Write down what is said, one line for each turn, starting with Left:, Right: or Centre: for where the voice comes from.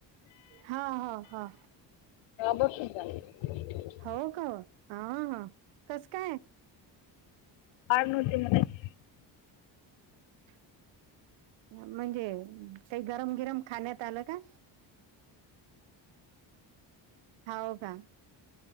Right: हा हा हा
Left: बर सुूनत.
Right: हो का ह ह कसं काय.
Left: पाल नव्हती ना त्यांच्यात.
Right: <inaudible> म्हणजे काही गरम बिरम खाण्यात आलं का. होव का.